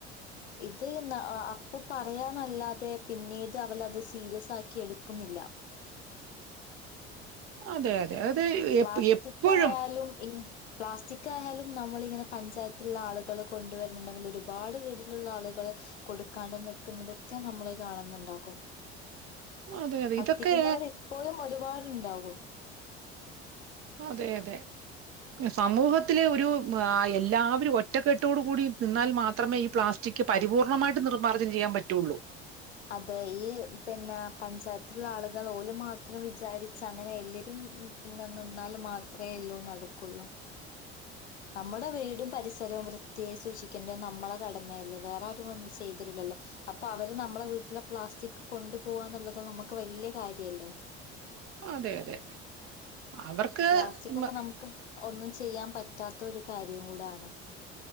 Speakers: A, on the left; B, on the right.
A: അത് ന്നാ അ ആ അപ്പൊ പറയാനല്ലാതെ പിന്നീട് അവരത് സീരിയസ് ആക്കി എടുക്കുന്നില്ല
B: അതെ അതെ അത്
A: പ്ലാസ്റ്റിക്കായാലും
B: എപ് എപ്പഴും
A: ഇ പ്ലാസ്റ്റിക് ആയാലും നമ്മൾ ഇങ്ങനെ പഞ്ചായത്തിലുള്ള ആളുകള് കൊണ്ടുവരുന്നുണ്ടെങ്കിൽ ഒരുപാട് വീടിലുള്ള ആളുകള് കൊടുക്കാണ്ട് നിക്കുന്നതൊക്കെ നമ്മള് കാണുന്നുണ്ടാക്കും
B: അതെ അതെ
A: കത്തിക്കുന്നവരെപ്പോഴും
B: ഇതൊക്കെ
A: ഒരുപാട് ണ്ടാവും
B: അതെ അതെ സമൂഹത്തിലെ ഒരു എല്ലാവരും ഒറ്റക്കെട്ടോട് കൂടി നിന്നാൽ മാത്രമേ ഈ പ്ലാസ്റ്റിക് പരിപൂർണ്ണമായിട്ട് നിർമ്മാർജ്ജം ചെയ്യാ പറ്റുള്ളൂ
A: അതെ ഈ പിന്നെ പഞ്ചായത്തിലുള്ള ആളുകൾ ഓല്മാത്രം വിചാരിച്ച അങ്ങനെ എല്ലരും പിന്നെ നിന്നാല് മാത്രമേ എല്ലോ നടകൊള്ളൂ നമ്മുടെ വീടും പരിസരവും വൃത്തിയെ സൂക്ഷിക്കേണ്ടേ നമ്മളെ കടമയല്ലേ വേറെ ആരും വന്ന് ചെയ്തരൂല്ലല്ലോ അപ്പൊ അവര് നമ് നമ്മളെ വീട്ടിലെ പ്ലാസ്റ്റിക് കൊണ്ടു പോവാന്നുള്ളത് നമുക്ക് വല്ല്യ കാര്യല്ലേ
B: അതെ അതെ അവർക്ക്
A: പ്ലാസ്റ്റിക് ഒക്കെ
B: മ-
A: നമുക്ക് ഒന്നും ചെയ്യാൻ പറ്റാത്ത ഒരു കാര്യം കൂടാണ്